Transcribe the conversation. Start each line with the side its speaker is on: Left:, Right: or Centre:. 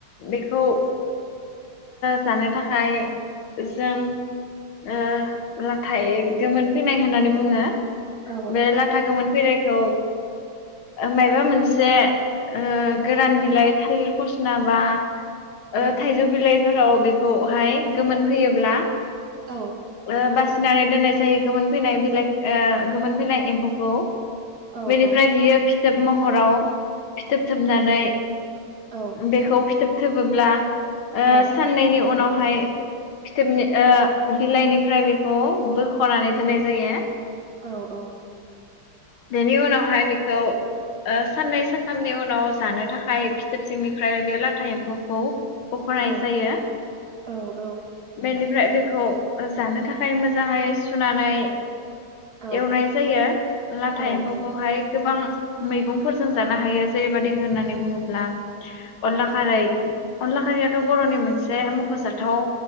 Left: बेखौ ओ जानो थाखाय जों ओ लाथाय गोमोन फैनाय होननानै बुङो।
Right: औ औ
Left: बे लाथा गोमोन फैनाय खौ माबा मोनसे ओ गोरान बिलाइ थालिर फस्ला बा
Right: औ
Left: ओ थाइजौ बिलाइफोराव बेखौहाय गोमोन फैयो ब्ला
Right: औ
Left: ओ बासि सिनानै दोननाय जायो गोमोन फैनाय बिलाइ ओ गोमोन फैनाय एम्फौखौ।
Right: औ
Left: बेनिफ्राय बियो फि थोब महराव फिथोब थोबनानै
Right: औ
Left: बेखौ फिथोब थोबोब्ला
Right: औ
Left: ओ साननैनि उनाव हाय फिथोबनि ओ बिलाइनिफ्राय बेखौ बोखनानै दोननाय जायो।
Right: औ औ।
Left: बेनि उनावहाय बेखौ ओ साननै सानथामनि उनाव जानो थाखाय फिथोब सिंनिफ्राय बे लाथा एम्फौखौ बख'नाय
Right: औ
Left: जायो
Right: औ औ।
Left: बेनिफ्राय बेखौ जानो थाखाय मोजाङै सुनानै
Right: औ
Left: एवनाय जायो। लाथा
Right: औ औ
Left: एम्फौखौहाय गोबां मैगंफोरजों जानो हायो जेरैबादि होननानै बुङोब्ला अनला खारै अनला खारियाथ बर'नि मोनसे जे मखजाथाव